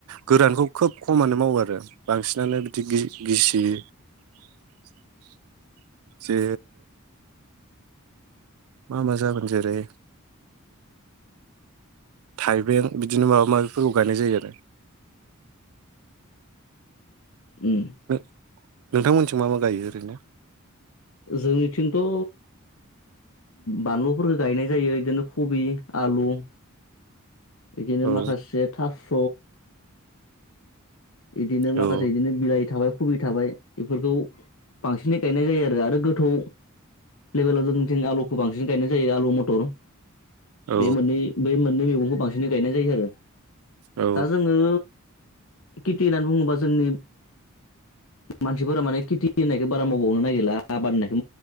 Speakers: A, on the right; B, on the left.
A: गोरानखौ खोब खमानो मावो आरो बांसिनानो बिदि गिसि <unintelligible> जे मा मा जागोन जेरै थाइबें बिदिनो माबा माबिफोरखौ गायनाय जायो आरो
B: उम
A: ओ नोंथांमोननिथिं मा मा गायो ओरैनो
B: जोंनिथिंथ' उ बानलुफोरखौ गायनाय जायो इदिनो कबि आलु बिदिनो
A: औ
B: माखासे थास' इदिनो माखासे
A: औ
B: इदिनो बिलाइ थाबाय खबि थाबाय बेफोरखौ बांसिनै गायनाय जायो आरो आरो गोथौ लेभेलाव जोंथिं आलुखौ बांसिन गायनाय जायो आलु मथर
A: औ
B: बे मोननै बे मोननै मैगं खौ बांसिनै गायनाय जायो आरो
A: औ
B: दा जोङो खेथि होननानै बुङोबा जोंनि मानसिफोरा माने खेथि होननायखौ बारा मावबांवनो नागिरला आबाद होननायखौ